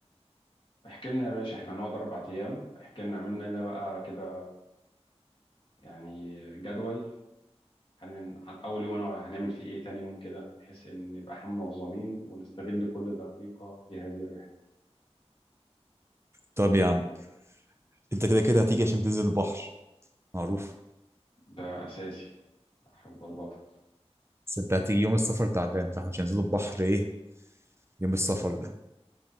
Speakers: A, on the left (about 50°); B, on the right (about 25°).
A: احكي لنا يا باشا احنا هنقعد اربع ايام احكي لنا عملنا لنا بقى كده يعني جدول هن... عن اول يوم هنقعد- هنعمل فيه ايه تاني يوم كده بحيث ان نبقى احنا منظمين ونستغل كل دقيقه في هذه الرحله
B: طب يا عم انت كده كده هتيجي عشان تنزل البحر معروف
A: ده اساسي بحر وبلبطه
B: بس انت هتيجي يوم السفر تعبان فاحنا مش هننزل البحر ايه يوم السفر ده